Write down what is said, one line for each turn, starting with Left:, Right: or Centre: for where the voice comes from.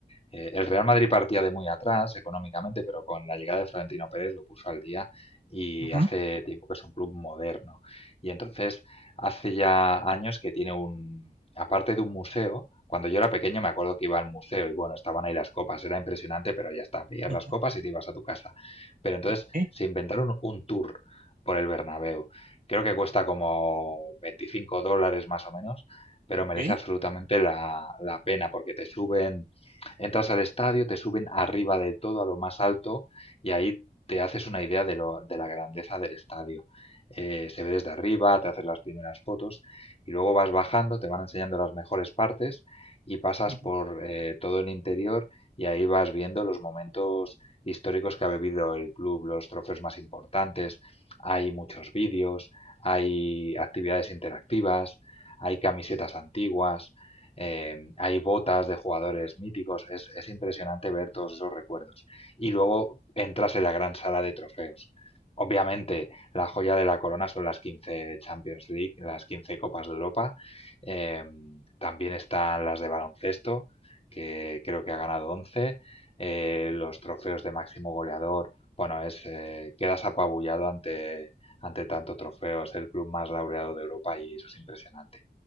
Left: eh, el Real Madrid partía de muy atrás económicamente, pero con la llegada de Florentino Pérez lo puso al día y
Right: Ujú,
Left: hace tiempo que es un club moderno. Y entonces, hace ya años que tiene un aparte de un museo, cuando yo era pequeño me acuerdo que iba al museo y bueno, estaban ahí las copas, era impresionante, pero ya está, pillar
Right: ujú,
Left: las copas y te ibas a tu casa. Pero entonces
Right: ok,
Left: se inventaron un tour por el Bernabéu. Creo que cuesta como 25 dólares más o menos, pero
Right: ok.
Left: merece absolutamente la, la pena porque te suben, entras al estadio, te suben arriba del todo a lo más alto y ahí te haces una idea de, lo, de la grandeza del estadio. Eh, se ve desde arriba, te haces las primeras fotos y luego vas bajando, te van enseñando las mejores partes y pasas
Right: Ujú.
Left: por eh, todo el interior y ahí vas viendo los momentos históricos que ha vivido el club, los trofeos más importantes, hay muchos vídeos, hay actividades interactivas, hay camisetas antiguas, eh, hay botas de jugadores míticos, es, es impresionante ver todos esos recuerdos. Y luego entras en la gran sala de trofeos. Obviamente, la joya de la corona son las 15 Champions League, las 15 Copas de Europa. Eh, también están las de baloncesto, que creo que ha ganado once Eh, los trofeos de máximo goleador, bueno, es eh, quedas apabullado ante, ante tanto trofeo. Es el club más laureado de Europa y eso es impresionante.